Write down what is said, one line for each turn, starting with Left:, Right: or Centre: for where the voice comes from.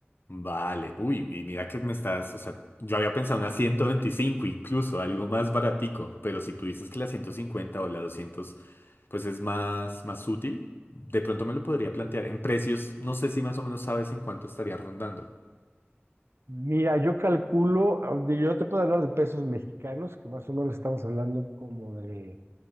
Left: Vale, uy, y mira que me estás, o sea, yo había pensado una 125 incluso, algo más baratico, pero si tú dices que la 150 o la 200 pues es más, más útil, de pronto me lo podría plantear. En precios, no sé si más o menos sabes en cuánto estaría rondando,
Right: Mira, yo calculo, de- yo te puedo hablar de pesos mexicanos, que más o menos estamos hablando como de